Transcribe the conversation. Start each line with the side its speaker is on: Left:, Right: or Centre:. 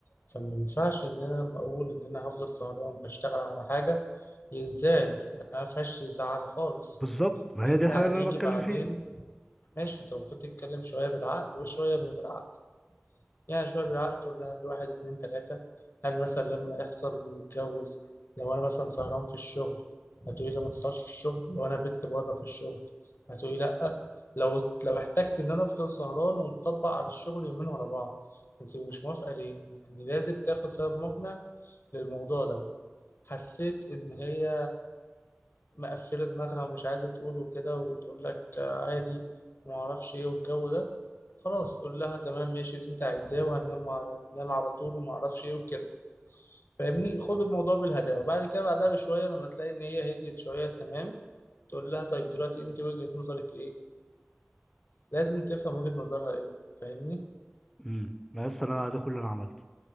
Left: فما ينفعش ان انا لما اقول ان انا هفضل سهران بشتغل على حاجه يزعل ده ما فيهاش يزعل خالص
Centre: بالظبط ما
Left: لان
Centre: هي دي
Left: انت
Centre: الحاجه
Left: هيجي
Centre: اللي انا بتكلم
Left: بعدين
Centre: فيها
Left: ماشي انت المفروض تتكلم شويه بالعقل وشويه من غير عقل يعني شوية بالعقل تقول لها بواحد اتنين تلاتة هل مثلا لما يحصل نتجوز لو أنا مثلا سهران في الشغل هتقولي لي ما تسهرش في الشغل لو أنا بت بره في الشغل هتقولي لأ لو لو احتجت إن أنا أفضل سهران ومطبق على الشغل يومين ورا بعض أنت مش موافقة ليه؟ يعني لازم تاخد سبب مقنع للموضوع ده حسيت إن هي مقفلة دماغها ومش عايزة تقول وكده وتقول لك آه، عادي وما اعرفش ايه والجو ده خلاص قول لها تمام ماشي اللي انت عايزاه وهننام مع- ننام على طول وما اعرفش ايه وكده فاهمني خد الموضوع بالهداوة بعد كده بعدها بشوية لما تلاقي ان هي هديت شوية تمام تقول لها طيب دلوقتي انت وجهة نظرك ايه لازم تفهم وجهة نظرها ايه فاهمني
Centre: امم ما يا اسطى انا ده كل اللي انا عملته